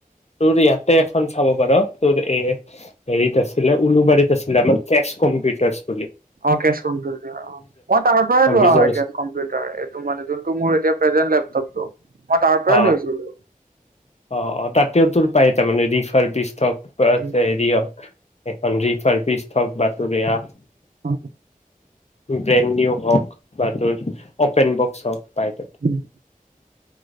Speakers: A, on the left (about 50°); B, on the right (about 85°).
A: তোৰ ইয়াতে এখন চাব পাৰ তোৰ এ হেৰিত আছিলে উলুবাৰীত আছিলে মোৰ কেচ কম্পিউটাৰচ।
B: অ কেচ কম্পিউটাৰ অ, মই তাৰ পৰাই
A: অ
B: লোৱা
A: বিজয়
B: হয় কেচ কম্পিউটাৰ এইটো মানে যোনটো মোৰ এতিয়া প্ৰেজেন্ট লেপটপটো মই তাৰ পৰাই
A: অ
B: লৈছিলো
A: অ অ তাতেই তোৰ পাই তাৰমানে ৰিফাৰ বিজ থক বছ
B: উম,
A: এৰি দিয়ক, এ <unintelligible> অন্লি পাৰ ফিচ হওক বাতৰিয়া
B: উম,
A: ব্ৰেণ্ড নিও হওক বা তোৰ অপেন বক্স অফ পাইট
B: উম।